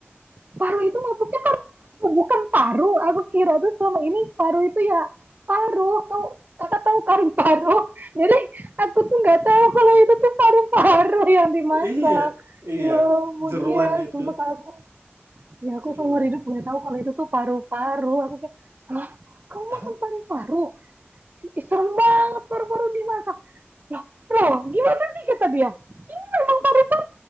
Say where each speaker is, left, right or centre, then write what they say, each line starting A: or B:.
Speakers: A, on the right (about 45°); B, on the right (about 80°).
A: Paru itu maksudnya paru-paru, bukan paru. Aku kira tuh selama ini paru itu ya paru. Tahu kakak tahu kari paru. <laughs> Jadi aku tuh nggak tahu kalau itu tuh paru-paru yang dimasak.
B: Iya, iya.
A: Ya ampun,
B: Jeroan
A: dia
B: itu.
A: sumpah aku. Ya aku
B: seruan.
A: seumur hidup nggak tahu kalau itu tuh paru-paru. Aku kayak, ah, kamu
B: Emang?
A: makan paru-paru? Ih, Serem banget paru-paru dimasak. Lah, Bro, gimana sih kata dia? Ini memang paru-paru